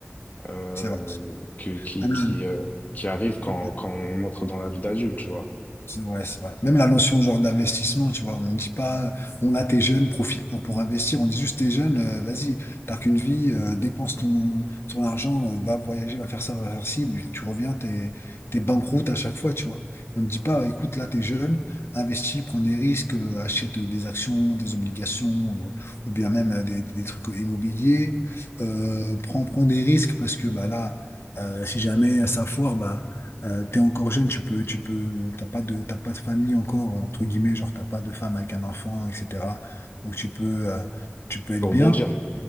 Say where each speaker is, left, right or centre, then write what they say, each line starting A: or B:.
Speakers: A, on the left (about 40°); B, on the left (about 70°).
A: euh,
B: c'est vrai.
A: que, qui,
B: Ah, non,
A: qui, euh, qui arrive quand,
B: non.
A: quand on entre dans la vie d'adulte, tu vois.
B: C'est ouais, c'est vrai. Même la notion genre d'investissement, tu vois, on ne dit pas, on a t'es jeune, profite pour, pour investir. On dit juste t'es jeune, euh, vas-y, t'as qu'une vie, euh, dépense ton, ton argent, euh, va voyager, va faire ça, va faire ci, puis tu reviens, t'es, t'es banqueroute à chaque fois, tu vois. On ne dit pas, écoute, là, t'es jeune, investis, prends des risques, euh, achète des actions, des obligations, ou, ou bien même euh, des, des- des trucs immobiliers, Euh, prends, prends des risques parce que bah là, euh, si jamais ça foire, bah euh, t'es encore jeune, tu peux, tu peux, t'as pas de, t'as pas de famille encore, euh, entre guillemets, genre t'as pas de femme avec un enfant, etc. Donc tu peux, euh, tu peux être
A: Pour
B: bien,
A: rebondir.